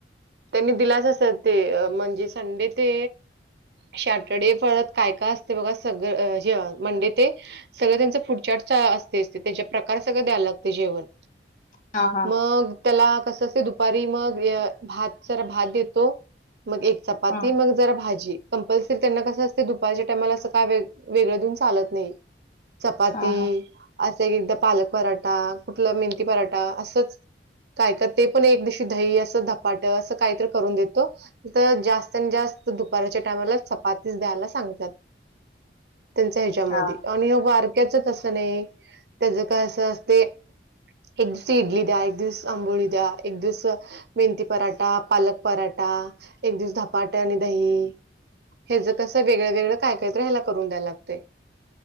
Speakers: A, on the right; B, on the left.
A: त्यांनी दिलाच असत ते अ म्हणजे संडे ते सॅटरडे परत काय काय असते बघा सगळं अ ह्य मंडे ते सगळं त्यांच फूडचाट च्या असतेच त्यांच्या प्रकार सगळं द्यायला लागते जेवण.
B: हा हा
A: मग त्याला कसं असते दुपारी मग य भात सरा भात देतो मग एक चपाती
B: हम्म
A: मग जरा भाजी कंपल्सरी त्यांना कसं असते दुपारच्या टाममाला असं काय वेग वेगळं देऊन चालत नाही. चपाती
B: हा हा
A: असं एक एकदा पालक पराठा कुठलं मेंती पराठा असंच काय का ते पण एक दिवशी दही असं धपाटं असं काहीतरी करून देतो. तर जास्तीत अन जास्त दुपारच्या टायमाला चपातीस द्यायला सांगतात. त्यांच ह्याच्यामध्ये
B: हा
A: आणि अ बारक्याचा तसं नाही त्याज काय असं असते एक दिवस इडली द्या एक दिवस आंबोळी द्या एक दिवस मेंथी पराठा, पालक पराठा एक दिवस धपाटा आणि दही हेज्या कसं वेगळं वेगळं काय काहीतर ह्याला करून द्याय लागते